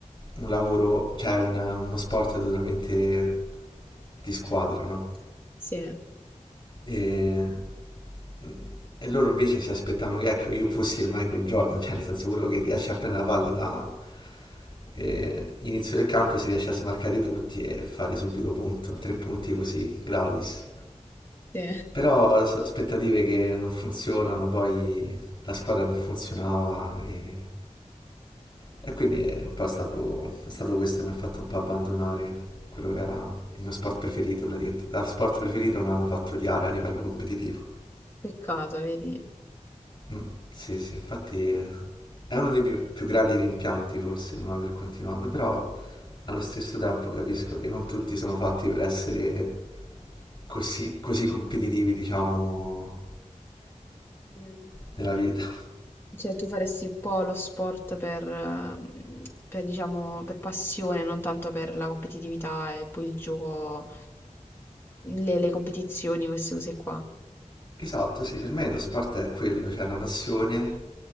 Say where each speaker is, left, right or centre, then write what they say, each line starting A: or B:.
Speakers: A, on the left (about 35°); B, on the left (about 20°).
A: un lavoro, cioè un- uno sport totalmente di squadra, no?
B: Sì,
A: E, mm, e loro invece si aspettavano che ecco, io fossi il Michael Jordan, cioè nel senso quello che riesce a prendere la palla da eh, inizio del campo e si riesce a smarcare tutti e fare subito punto, tre punti così, gratis.
B: sì.
A: Però so- aspettative che non funzionano, poi la squadra non funzionava e, e quindi è un po' stato, è stato questo che mi ha fatto un po' abbandonare quello che era il mio sport preferito praticamente. Da sport preferito me l'hanno fatto odiare a livello competitivo.
B: Peccato, vedi.
A: Mm, sì, sì, infatti eh, è uno dei più, più grandi rimpianti forse non aver continuato, però allo stesso tempo capisco che non tutti sono fatti per essere così, così competitivi, diciamo,
B: Mm.
A: nella vita.
B: Cioè, tu faresti un po' lo sport per, eh, per, diciamo, per passione, non tanto per la competitività e poi il gioco, le, le competizioni, queste cose qua.
A: Esatto, sì, per me lo sport è quello, cioè una passione